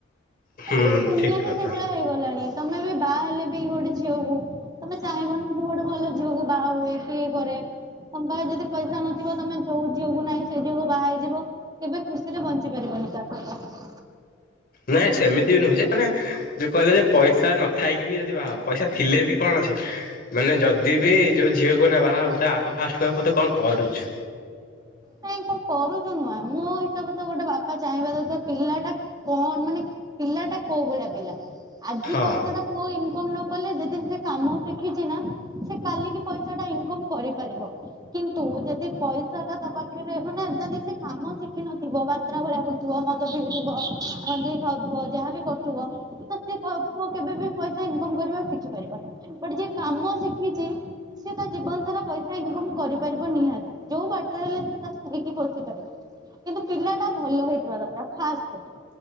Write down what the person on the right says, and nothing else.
ଆଜ କାଲି ଦୁନିଆ
ବି
ସେଇଭଳିଆ ହେଇଗଲାଣି, ତମେ ବି ବାହା ହେଲେ ବି ଗୋଟେ ଝିଅକୁ ତମେ ଚାହିଁବନୀ କି ଗୋଟେ ଭଲ ଝିଅକୁ ବାହା ହୁଏ, କିଏ କରେ, ତମ ପାଖରେ ଯଦି ପଇସା ନଥିବ, ତମେ ଯୋଉ ଝିଅକୁ ନାହିଁ ସେଇ ଝିଅକୁ ବା ହେଇଯିବ କେବେ ଖୁସିରେ ବଞ୍ଚି ପାରିବନି ତା ସହିତ।
ନାଇଁ କଣ କରୁଛୁ ନୁହଁ, ମୋ ହିସାବରେ ତ ଗୋଟେ ବାପା ଚାହିଁବା ଦରକାର ପିଲା ଟା କଣ ମାନେ ପିଲାଟା କୋଉ ଭଳିଆ ପିଲା, ଆଜି
ପଇସା ଟା ପୁଅ ଇନକମ୍ ନ କଲେ ଯଦି ସେ କାମ ଶିଖିଛି ନା ସେ କାଲିକି ପଇସା ଟା ଇନକମ୍ କରିପାରିବ। କିନ୍ତୁ ଯଦି ପଇସା ଟା ତା ପାଖରେ ମାନେ ଯଦି ସେ କାମ ଶିଖିିନଥିବ ବାତ୍ରା ଭଳିଆ ବୁଲ ଥୁବ, ମଦ ପିଉଥିବ, ଗଞ୍ଜେଇ ଖାଉଥିବ, ଯାହାବି କରୁଥିବ ତ ସେ ପୁଅ କେବେ ବି ପଇସା ଇନକମ କରିବା ଶିଖି ପାରିବନି, ବଟ ଯିଏ କାମ ଶିଖିଛି ସେ ତା ଜୀବନ ସାରା ପଇସା ଇନକମ୍ କରିପାରିବ ନିହାତି। ଯୋଉ ବାଟରେ ହେଲେ ସେ ତା ସ୍ତ୍ରୀ କି ପୋଷି ପାରିବ। କିନ୍ତୁ ପିଲାଟା ଭଲ ହେଇଥିବା ଦରକାର ଫାଷ୍ଟ।